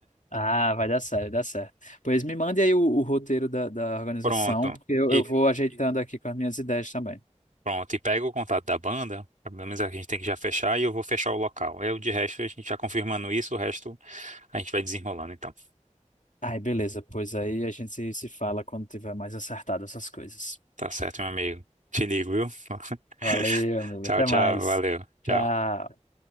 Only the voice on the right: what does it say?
Pronto.
E
pronto. E pega o contato da banda. Pelo menos a gente tem que já fechar e eu vou fechar o local. É o de resto, a gente já confirmando isso, o resto a gente vai desenrolando, então.
Tá certo, meu amigo. Te ligo, viu? <laughs>
Tchau,
tchau.
Valeu.
Tchau.